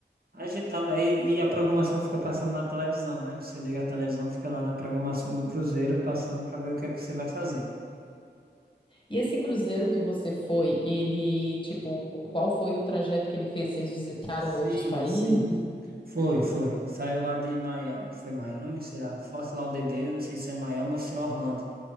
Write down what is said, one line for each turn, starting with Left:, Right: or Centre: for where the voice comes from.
Right: A gente tava aí e a programação fica passando na televisão, né? Você liga a televisão, fica lá na programação do Cruzeiro passando para ver o que é que você vai fazer.
Left: E esse cruzeiro que você foi, ele, tipo, qu- qual foi o trajeto que ele fez? Vocês visitaram
Right: Sim,
Left: outros países?
Right: sim. Foi, foi. Saiu lá de Miami. Foi Miami, será? Fort Lauderdale, eu não sei se é Miami ou se é Orlando.